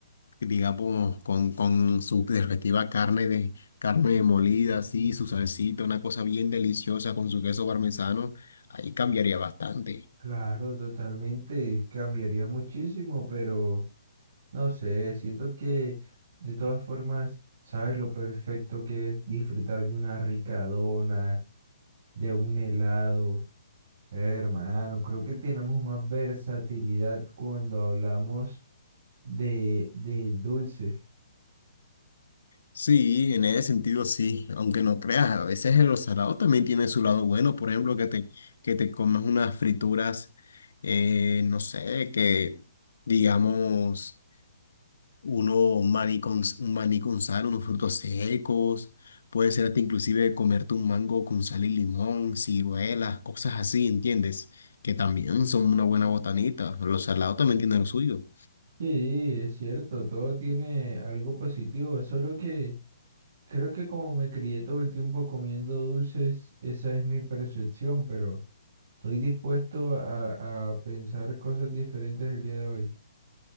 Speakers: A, on the left (about 75°); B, on the right (about 60°).
A: digamos, con, con su respectiva carne de carne molida, así, su salsita, una cosa bien deliciosa con su queso parmesano, ahí cambiaría bastante.
B: Claro, totalmente, cambiaría muchísimo, pero No sé, siento que de todas formas sabes lo perfecto que es disfrutar de una rica dona, de un helado. Eh, hermano, creo que tenemos más versatilidad cuando hablamos de, del dulce.
A: Sí, en ese sentido sí, aunque no creas, a veces el salado también tiene su lado bueno, por ejemplo, que te, que te comas unas frituras, eh, no sé, que digamos uno maní con, un maní con sal, unos frutos secos, puede ser hasta inclusive comerte un mango con sal y limón, ciruelas, cosas así, ¿entiendes? Que también son una buena botanita. Los salados también tienen lo suyo.
B: Sí, es cierto, todo tiene algo positivo, solo que creo que como me crié todo el tiempo comiendo dulces, esa es mi percepción, pero estoy dispuesto a, a pensar cosas diferentes el día de hoy.